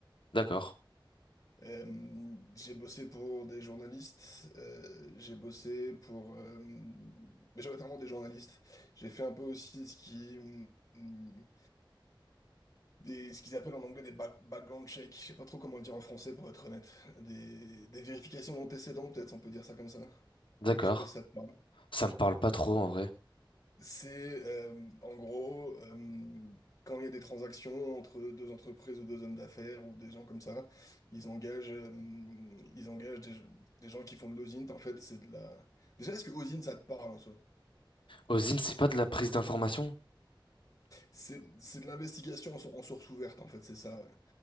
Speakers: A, on the left (about 75°); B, on the left (about 40°).
A: D'accord,
B: Euh, j'ai bossé pour des journalistes, euh, j'ai bossé pour euh, majoritairement des journalistes. J'ai fait un peu aussi ce qui hum, des ce qu'ils appellent en anglais des back- background checks. Je sais pas trop comment le dire en français pour être honnête. Des, des vérifications d'antécédents peut-être, on peut dire ça comme ça.
A: d'accord.
B: Je sais pas si ça te parle.
A: Ça me parle pas trop en vrai.
B: C'est euh, en gros euh, quand il y a des transactions entre deux entreprises ou deux hommes d'affaires ou des gens comme ça, ils engagent, euh, ils engagent des, des gens qui font de l'osint. En fait, c'est de la. Déjà, est-ce que osint ça te parle en soi?
A: OSINT, c'est pas de la prise d'information?
B: C'est c'est de l'investigation en, so- en source ouverte en fait, c'est ça. ouais.